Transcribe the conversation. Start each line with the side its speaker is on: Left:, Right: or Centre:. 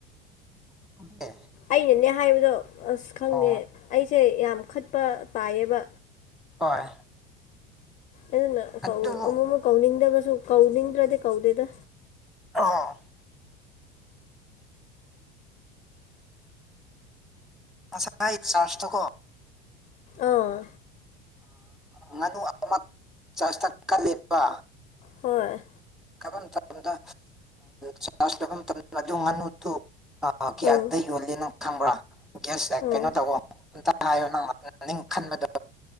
Centre: <inaudible>
Left: ꯑꯩꯅꯅꯦ ꯍꯥꯏꯕꯗꯣ ꯑꯁ ꯈꯪꯗꯦ
Centre: ꯑꯣ
Left: ꯑꯩꯁꯦ ꯌꯥꯝ ꯈꯠꯄ ꯇꯥꯏꯌꯦꯕ
Centre: ꯍꯣꯏ
Left: ꯑꯗꯨꯅ
Centre: ꯑꯗꯨꯕꯨ
Left: ꯀꯧ ꯑꯃꯨꯛ ꯑꯃꯨꯛ ꯀꯧꯅꯤꯡꯗꯕꯁꯨ ꯀꯧꯅꯤꯡꯗ꯭ꯔꯗꯤ ꯀꯧꯗꯦꯗ
Centre: ꯑꯥ ꯁꯥꯏ ꯆꯥꯔꯁꯇ ꯀꯣ
Left: ꯑꯥ
Centre: ꯉꯥꯅꯨ ꯑꯃ ꯆꯇ ꯀ ꯂꯦꯄ
Left: ꯍꯣꯏ
Centre: ꯀ ꯃꯇꯝꯗ ꯆ ꯃꯇꯝꯗ ꯑꯗꯨ ꯉꯅꯨ ꯑ ꯀꯌꯥꯇ
Left: ꯎꯝ
Centre: ꯌꯣꯜꯂꯤꯅꯣ ꯈꯪꯕ꯭ꯔꯥ ꯒ꯭ꯌꯥꯁ
Left: ꯎꯝ
Centre: ꯀꯩꯅꯣ ꯇꯧꯕꯣ ꯍꯥꯏꯌꯣ ꯅꯪꯥꯛꯇ ꯈꯟꯕꯗꯣ